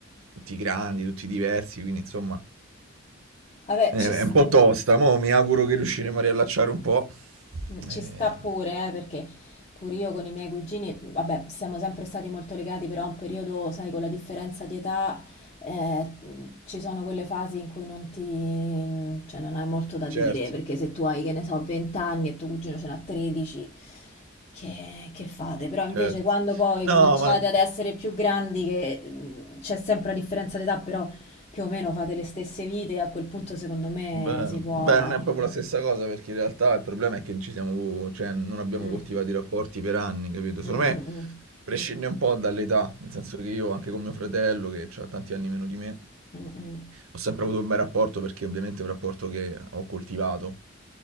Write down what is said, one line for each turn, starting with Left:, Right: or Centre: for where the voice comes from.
Right: tutti grandi, tutti diversi, quindi insomma
Left: Vabbè,
Right: eh,
Left: ci... s-
Right: È un po' tosta, mo mi auguro che riusciremo a riallacciare un po'.
Left: Mm, Ci
Right: Eh,
Left: sta pure, eh, perché pure io con i miei cugini, vabbè, siamo sempre stati molto legati, però un periodo, sai, con la differenza di età, eh, ci sono quelle fasi in cui non ti, cioè non hai molto da
Right: certo,
Left: dire, perché se tu hai, che ne so, 20 anni e tuo cugino ce n'ha 13, che, che fate? Però invece
Right: certo.
Left: quando poi
Right: No,
Left: cominciate
Right: ma
Left: ad essere più grandi, che mm, c'è sempre la differenza di età, però più o meno fate le stesse vite, a quel punto secondo me
Right: Beh,
Left: si può...
Right: beh, non è Quindi proprio la stessa cosa perché in realtà il problema è che non ci siamo, cioè non abbiamo
Left: Mm,
Right: coltivato i rapporti per anni, capito?
Left: mm,
Right: Secondo
Left: mm,
Right: me
Left: mm.
Right: prescinde un po' dall'età, nel senso che io anche con mio fratello, che ha tanti anni meno di me,
Left: Mh-mh.
Right: ho sempre avuto un bel rapporto perché ovviamente è un rapporto che ho coltivato,